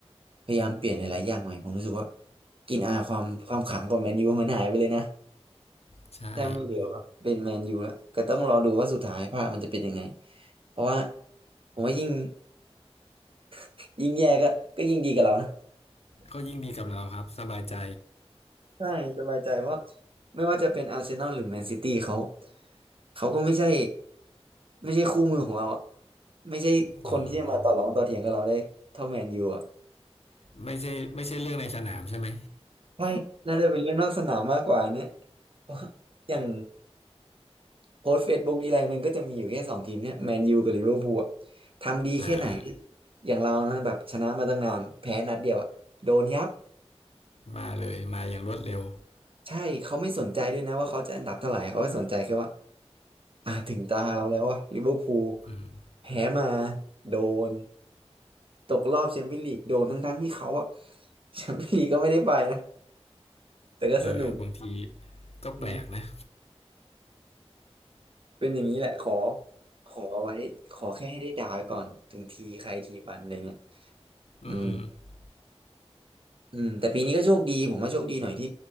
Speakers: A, on the right (about 55°); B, on the left (about 70°).
A: พยายามเปลี่ยนหลายๆอย่างใหม่ผมรู้สึกว่ากินอาความความขลังของแมนยูมันหายไปเลยนะ
B: ใช่
A: แทบไม่เหลือครับเป็นแมนยูแล้วก็ต้องรอดูว่าสุดท้ายภาพมันจะเป็นยังไงเพราะว่าผมว่ายิ่ง <laughs> ยิ่งแย่ก็ก็ยิ่งดีกับเรานะ
B: ก็ยิ่งดีกับเราครับสบายใจ
A: ใช่สบายใจเพราะไม่ว่าจะเป็นอาร์เซนอลหรือแมนซิตี้เขาเขาก็ไม่ใช่ไม่ใช่คู่มือของเราอะไม่ใช่คนที่จะมาต่อรองต่อเถียงกับเราได้เท่าแมนยูอ่ะ
B: อืมไม่ใช่ไม่ใช่เรื่องในสนามใช่ไหม
A: ใช่น่าจะเป็นเรื่องนอกสนามมากกว่าอันเนี้ยเพราะอย่าง โพสตเฟซบุ๊กทีไรมันก็จะมีอยู่แค่สองทีมเนี่ยแมนยูกับลิเวอร์พูลอะทำดีแค่ไหน
B: อ่า
A: อย่างเรานะแบบชนะมาตั้งนานแพ้นัดเดียวอะโดนยับ
B: มาเลยมาอย่างรวดเร็ว
A: ใช่เขาไม่สนใจด้วยนะว่าเขาจะอันดับเท่าไหร่เขาก็สนใจแค่ว่าอ่าถึงตาเราแล้วว่าลิเวอร์พูล
B: อืม
A: แพ้มาโดนตกรอบแชมเปี้ยนลีกโดนทั้งๆที่เขาอะ <laughs> แชมเปี้ยนลีกก็ไม่ได้ไปนะแต่ก็สนุก
B: เออบางทีก็แปลกนะ
A: อืมเป็นอย่างนี้แหละขอขอไว้ขอแค่ให้ได้ด่าไว้ก่อนถึงทีใครทีมันอะไรเงี้ย
B: อืม
A: อืม อืมแต่ปีนี้ก็โชคดีผมว่าโชคดีหน่อยที่